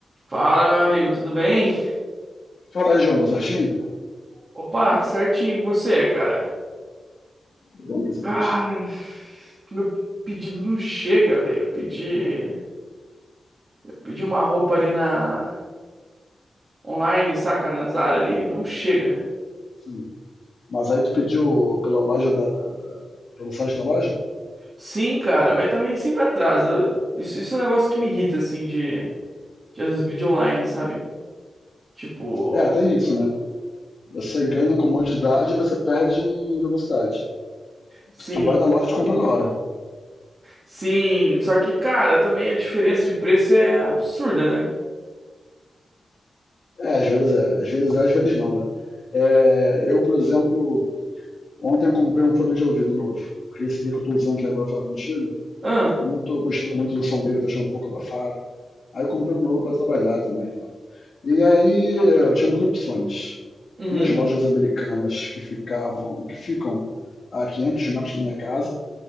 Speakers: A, on the right; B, on the left.
A: Fala, meu amigo, tudo bem?
B: Falar, João, do certinho?
A: Opa, certinho com você, cara.
B: Tudo bom, graças
A: Cara,
B: a Deus.
A: meu pedido não chega, velho. Eu pedi, eu pedi uma roupa ali na online, saca, na Zara ali, não chega.
B: Sim. Mas aí tu pediu pela loja da, da, da- pelo site da loja?
A: Sim, cara, mas também sempre atrasa. Eu- Isso, isso é um negócio que me irrita, assim, de, de às vezes pedir online, sabe? Tipo,
B: É, tem isso, né? Você ganha comodidade e você perde em velocidade.
A: sim,
B: Se tu vai na loja, tu compra na hora.
A: sim. Só que, cara, também a diferença de preço é absurda, né?
B: É, às vezes é. Às vezes é, às vezes não, né? É, eu, por exemplo, ontem eu comprei um fone de ouvido novo. Porque esse aqui que eu tô usando aqui agora pra falar contigo,
A: Ah,
B: eu não tô gostando muito do som dele, tá achando um pouco abafado. Aí eu comprei um novo pra trabalhar também e tal. E aí eu tinha duas opções.
A: uhum,
B: Ir nas lojas americanas que ficavam, que ficam a 500 metros da minha casa,